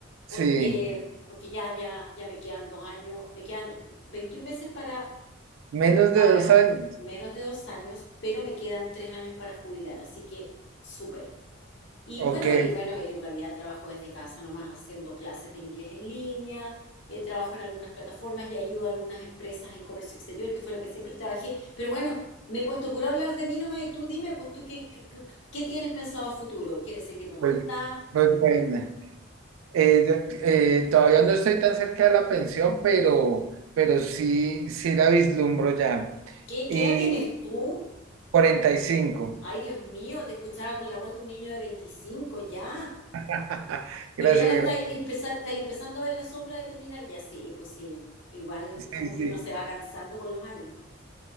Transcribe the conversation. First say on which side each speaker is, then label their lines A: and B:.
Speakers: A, on the right (about 90°); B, on the left (about 65°).
A: sí,
B: porque, porque ya, ya, ya me quedan dos años, me quedan 21 meses para
A: menos
B: para
A: de dos años.
B: menos de dos años, pero me quedan tres años para jubilar, así que súper. Y
A: Ok,
B: bueno, y bueno, en realidad trabajo desde casa nomás haciendo clases de inglés en línea, eh, trabajo en algunas plataformas y ayudo a algunas empresas en comercio exterior, que fue lo que siempre trabajé. Pero bueno, me he puesto puro a hablar de mí nomás y tú dime, pues tú, ¿qué, qué, qué- qué tienes pensado a futuro? ¿Quieres seguir donde
A: pues,
B: estás?
A: pues bueno. Eh, de- eh, todavía no estoy tan cerca de la pensión, pero, pero sí, sí la vislumbro ya.
B: ¿Qué,
A: Y
B: qué edad tienes tú?
A: cuarenta y cinco
B: Ay, Dios mío, te escuchaba con la voz de un niño de 25 ya.
A: <laughs>
B: Pero
A: Gracias,
B: ya la
A: gracias.
B: estáis empeza- estáis empezando a ver la sombra de terminar ya, sí, pues sí. Igual
A: Sí,
B: como
A: sí.
B: que uno se va cansando con los años, ¿ah?